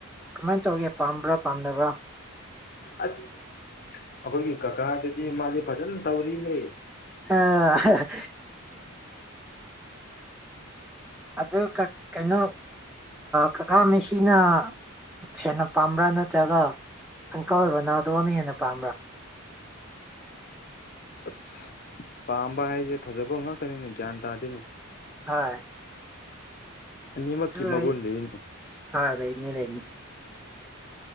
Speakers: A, in the centre; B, on the left.
A: ꯀꯃꯥꯏ ꯇꯧꯒꯦ ꯄꯥꯝꯕ꯭ꯔꯥ ꯄꯥꯝꯗꯕ꯭ꯔꯥ
B: ꯑꯁ ꯑꯈꯣꯏꯒꯤ ꯀꯀꯥꯗꯨꯗꯤ ꯃꯥꯗꯤ ꯐꯖꯅ ꯇꯧꯔꯤꯍꯦ
A: ꯑ ꯑꯗꯨ ꯀ ꯀꯩꯅꯣ ꯀꯀꯥ ꯃꯦꯁꯤꯅ ꯍꯦꯟꯅ ꯄꯥꯝꯕ꯭ꯔꯥ ꯅꯠꯇ꯭ꯔꯒ ꯑꯪꯀꯜ ꯔꯣꯅꯥꯜꯗꯣꯅ ꯍꯦꯟꯅ ꯄꯥꯝꯕ꯭ꯔꯥ
B: ꯑꯁ ꯄꯥꯝꯕ ꯍꯥꯏꯁꯦ ꯐꯖꯕ ꯉꯥꯛꯇꯅꯤꯅꯦ ꯒ꯭ꯌꯥꯟ ꯇꯥꯗꯦꯅꯦ
A: ꯍꯥꯏ
B: ꯑꯅꯤꯃꯛꯀꯤ ꯃꯒꯨꯟ
A: ꯑꯩ
B: ꯂꯩꯅꯤ
A: ꯍꯣꯏ ꯂꯩꯕꯅꯦ ꯂꯩꯕꯅꯦ